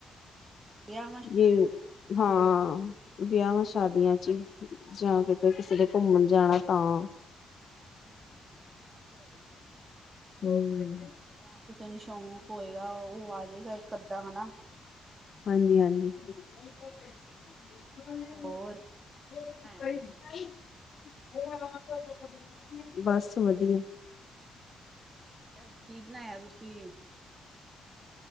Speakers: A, on the right (about 20°); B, on the left (about 40°).
A: ਵਿਆ
B: ਜੀ ਹਾਂ। ਵਿਆਵਾ ਸ਼ਾਦੀਆਂ ਚ, ਜਾਂ ਕਿਤੇ ਕਿਸੇ
A: ਹਮ
B: ਨੇ ਘੁੰਮਣ ਜਾਣਾ ਤਾਂ
A: ਹੂੰ ਆ ਤੇ ਐਈ ਐ।
B: <unintelligible>
A: ਜਾਂ ਕਿਸੇ ਨੂੰ ਸ਼ੌਕ ਹੋਏਗਾ ਓ ਆ ਜੇਗਾ ਏਕ ਅੱਦਾ ਹਨਾ।
B: ਹਾਂਜੀ-ਹਾਂਜੀ। <unintelligible>
A: ਹੋਰ ਅੱਜ ਕੀ ਬਣਾਇਆ ਤੁਸੀਂ?
B: <unintelligible> ਬਸ ਵਧੀਆ।
A: ਮੈਂ ਕੇਆ ਅੱਜ ਕੀ ਬਣਾਇਆ ਤੁਸੀਂ?